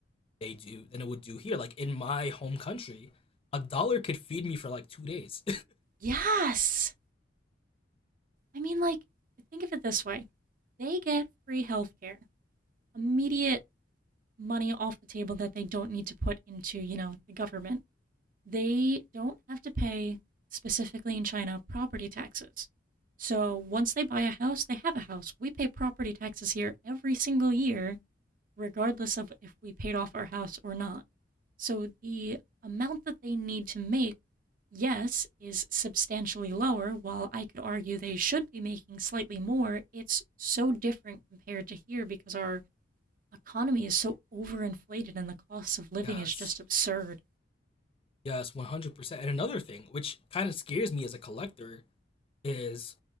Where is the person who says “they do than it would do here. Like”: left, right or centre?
Left